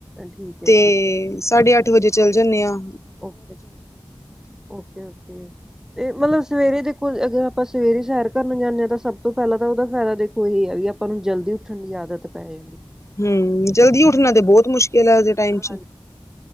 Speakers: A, in the centre; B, on the left.
A: ਠੀਕ ਹੈ
B: ਤੇ
A: ਠੀਕ ਹੈ
B: ਸਾਢੇ-ਅੱਠ ਵਜੇ ਚੱਲ ਜਾਂਨੇ ਆਂ।
A: ਓਕੇ! ਓਕੇ-ਓਕੇ ਤੇ ਮਤਲਬ ਸਵੇਰੇ ਦੇ ਕੋਲ ਅਗਰ, ਆਪ ਆਪਾਂ ਸਵੇਰੇ ਸੈਰ ਕਰਨ ਜਾਂਨੇ ਹਾਂ, ਤਾਂ ਸਭ ਤੋਂ ਪਹਿਲਾਂ ਤਾਂ ਉਹਦਾ ਫਾਇਦਾ ਦੇਖੋ ਇਹ ਆ ਵੀ ਆਪਾਂ ਨੂੰ ਜਲਦੀ ਉੱਠਣ ਦੀ ਆਦਤ ਪੈ ਜੇਗੀ।
B: ਹੂੰ, ਜਲਦੀ ਉੱਠਣਾ ਤੇ ਬਹੁਤ ਮੁਸ਼ਕਿਲ ਹੈ, ਅੱਜ ਦੇ ਟਾਈਮ'ਚ।
A: ਹਾਂਜੀ